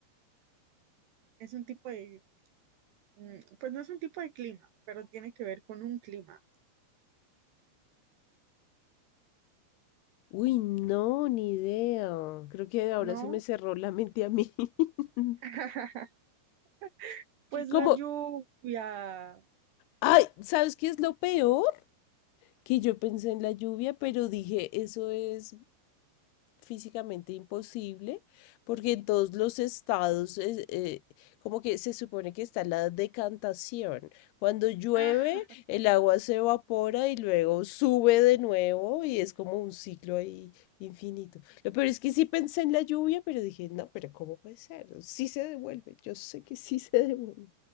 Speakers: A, on the right; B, on the left.
A: Es un tipo de, mm, pues no es un tipo de clima, pero tiene que ver con un clima,
B: Uy, no, ni idea. Creo que ahora
A: ¿no?
B: se me cerró la mente a mí. <laughs>
A: <laughs> Pues la
B: Como,
A: lluvia. Ah,
B: ay, ¿sabes qué es lo peor? Que yo pensé en la lluvia, pero dije, eso es físicamente imposible, porque en todos los estados es, eh, como que se supone que está la decantación. Cuando llueve,
A: <laughs>
B: el agua se evapora y luego sube de nuevo y es como un ciclo ahí infinito. Lo peor es que sí pensé en la lluvia, pero dije, no, pero ¿cómo puede ser? Sí se devuelve, yo sé que sí se devuelve.